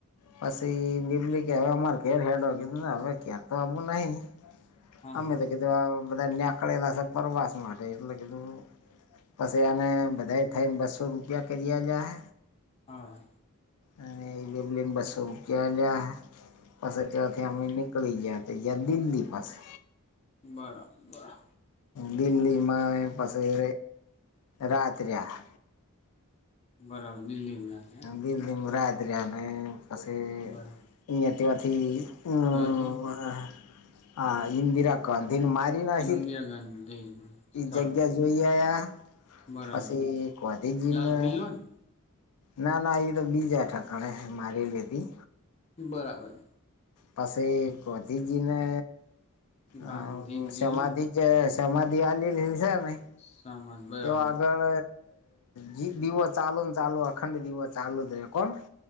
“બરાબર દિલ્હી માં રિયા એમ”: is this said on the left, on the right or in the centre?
Left